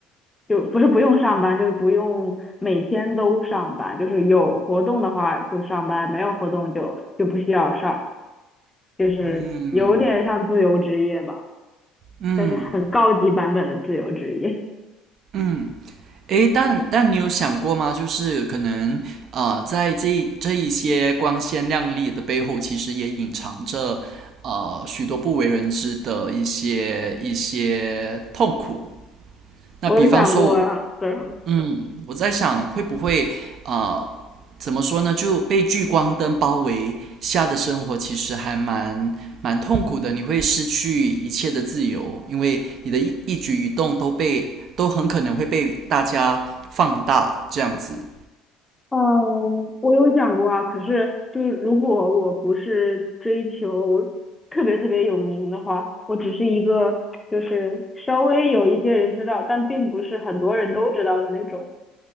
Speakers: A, on the left; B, on the right.
A: 就不是不用上班，就是不用每天都上班，就是有活动的话就上班，没有活动就就不需要上，就是有点像自由职业吧，
B: 嗯，嗯
A: 但是很高级版本的自由职业。
B: 嗯，诶，但但你有想过吗？就是可能呃，在这一这一些光鲜亮丽的背后，其实也隐藏着呃许多不为人知的一些一些痛苦。那比方说我，
A: 我有想过啊，对。
B: 嗯，我在想会不会啊？呃怎么说呢？就被聚光灯包围下的生活，其实还蛮蛮痛苦的。你会失去一切的自由，因为你的一一举一动都被都很可能会被大家放大，这样子。
A: 嗯，我有想过啊，可是就是如果我不是追求特别特别有名的话，我只是一个就是稍微有一些人知道，但并不是很多人都知道的那种。